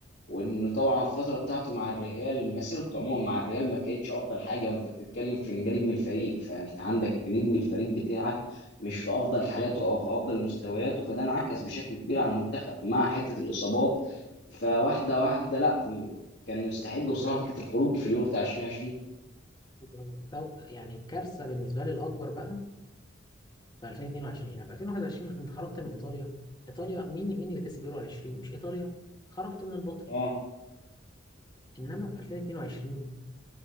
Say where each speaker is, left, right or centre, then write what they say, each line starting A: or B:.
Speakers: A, on the left; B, on the left.
A: وانه طبعا الفتره بتاعته مع الريال مسيرته عموما مع الريال ما كانتش افضل حاجه وانت بتتكلم في إن ده نجم الفريق فانت عندك نجم الفريق بتاعك مش في افضل حالاته او في افضل مستوياته فده انعكس بشكل كبير على المنتخب مع حته الاصابات فواحده واحده لا كان يستحق بصراحه فكره الخروج في اليورو بتاع 2020
B: <laughs> يعني الكارثة بالنسبة لي الأكبر بقى في 2022 يعني في 2021 انت خرجت من ايطاليا ايطاليا مين مين اللي كسب يورو 20 مش ايطاليا خرجت من البطل
A: اه
B: انما في 2022